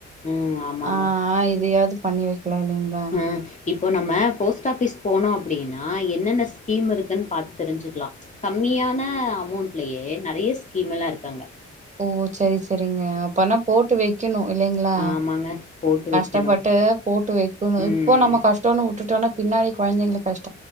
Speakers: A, on the left; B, on the right.
A: ம் ஆமாங்க
B: ஆஹ் இதையாவது பண்ணி வைக்கலா இல்லைங்களா
A: ம் இப்போ நம்ம போஸ்ட் ஆஃபிஸ் போனோ அப்படின்னா என்னென்ன ஸ்கீம் இருக்குன்னு பாத்து தெரிஞ்சுக்கலா ம்ச் கம்மியான அமௌண்ட்லயே நெறைய ஸ்கீம் எல்லா இருக்கங்க
B: ஓ சேரி சே சரிங்க அப்பனா போட்டு வைக்கணு இல்லைங்களா
A: ஆமாங்க போட்டு வைக்கணு
B: கஷ்டப்பட்டு போட்டு வைக்கணு
A: ம்
B: இப்போ நம்ம கஷ்டம்ன்னு உட்டுட்டோனா பின்னாடி கொழந்தைங்களுக்கு கஷ்